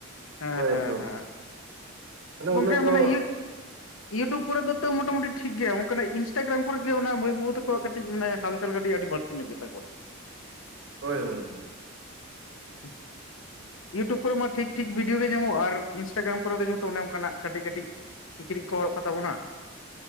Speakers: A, on the left; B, on the right.
A: ᱦᱮᱸ
B: ᱦᱳᱭ
A: ᱦᱮᱸ
B: ᱮᱠᱫᱚᱢ
A: ᱦᱮᱸ ᱜᱚᱝᱠᱮ
B: ᱩᱱᱟᱹᱜ
A: ᱢᱟᱱᱮ
B: ᱫᱚ
A: ᱤᱭᱟᱹ ᱤᱭᱩᱴᱩ ᱠᱚᱨᱮ ᱫᱚ ᱛᱚ ᱢᱚᱴᱟᱢ ᱢᱩᱩᱴᱤ ᱴᱷᱤᱠ ᱜᱮᱭᱟ᱾ ᱚᱱᱠᱟᱱᱟᱜ ᱤᱱᱴᱟᱜᱨᱟᱢ ᱠᱚᱨᱮ ᱜᱮ ᱚᱱᱟ ᱢᱟᱹᱭ ᱵᱟᱹᱵᱩ ᱛᱠᱚ ᱠᱟᱹᱴᱤᱡ ᱢᱟᱱᱮ ᱦᱟᱞᱪᱟᱞ ᱠᱟᱹᱴᱤᱡᱴ ᱵᱟᱹᱲᱛᱤ ᱪᱮᱱᱡᱚᱜ ᱜᱮᱛᱟ ᱠᱚᱣᱟ᱾
B: ᱦᱳᱭ ᱦᱳᱭ
A: <unintelligible> ᱤᱭᱩᱴᱩᱵᱽ ᱠᱚᱨᱮ ᱢᱟ ᱴᱷᱤᱠ ᱴᱷᱤᱠ ᱵᱷᱤᱰᱭᱳ ᱜᱮ ᱧᱟᱢᱚᱜ ᱟᱨ ᱥᱴᱟᱜᱨᱟᱢ ᱠᱚᱨᱮ ᱫᱚ ᱡᱚᱛᱚ ᱚᱱᱮ ᱚᱱᱠᱟᱱᱟᱜ ᱠᱟᱹᱴᱤᱡ ᱠᱟᱹᱴᱤᱡ ᱠᱤᱪᱨᱤᱡ ᱠᱚ ᱦᱚᱨᱚᱜ ᱠᱟᱛᱟ ᱵᱚᱱᱟ